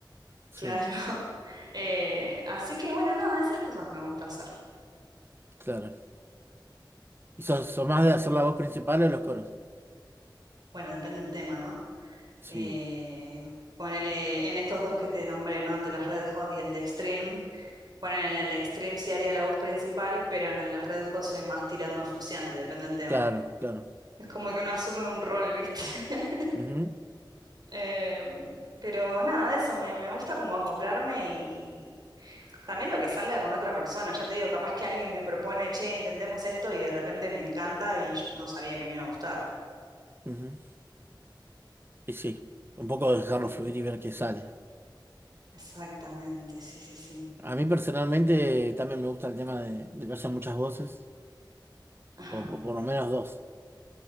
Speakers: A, on the right (about 30°); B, on the right (about 55°).
A: Sí,
B: Claro. <laughs> Eh, así que bueno, nada, esas cosas me gusta hacer.
A: claro. ¿Y sos, sos más de hacer la voz principal o los coros?
B: Bueno, depende del tema, ¿no?
A: Sí,
B: Eh, ponele en estos dos que te nombré, ¿no? El de los Red Hot y el de Extreme. Ponele en el de Extreme sí haría la voz principal, pero en el de los Red Hot soy más tirando a fruciante, depende del tema.
A: claro, claro.
B: Es como que uno asume un rol, ¿viste? <laughs>
A: Ujú,
B: Eh, pero nada, eso, me, me gusta como acoplarme y, También lo que salga con otra persona, ya te digo, capaz que alguien me propone, che, intentemos esto y de repente me encanta y yo no sabía que me iba a gustar.
A: ujú. Y sí, un poco dejarlo
B: Mm,
A: fluir y ver qué sale.
B: Exactamente, sí, sí, sí.
A: A mí personalmente también me gusta el tema de, de que haya muchas voces,
B: Ajá,
A: o, o por lo menos dos.